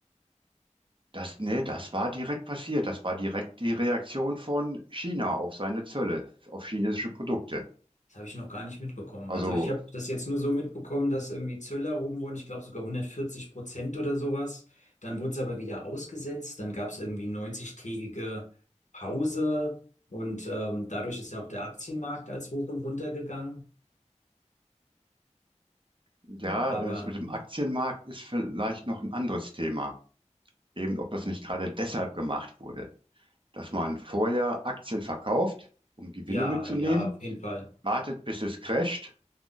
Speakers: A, on the right (about 45°); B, on the left (about 75°).
A: Das, nee, das war direkt passiert. Das war direkt die Reaktion von China auf seine Zölle, auf chinesische Produkte.
B: Das habe ich noch gar nicht mitbekommen.
A: Also
B: Also ich habe das jetzt nur so mitbekommen, dass irgendwie Zölle erhoben wurden, ich glaube sogar 140 Prozent oder sowas. Dann wurde es aber wieder ausgesetzt, dann gab es irgendwie 90-tägige Pause und ähm, dadurch ist ja auch der Aktienmarkt als hoch und runter gegangen.
A: ja,
B: Aber
A: das mit dem Aktienmarkt ist vielleicht noch ein anderes Thema. Eben, ob das nicht gerade deshalb gemacht wurde, dass man vorher Aktien verkauft, um Gewinne
B: ja,
A: mitzunehmen,
B: ja, auf jeden Fall.
A: wartet, bis es crasht,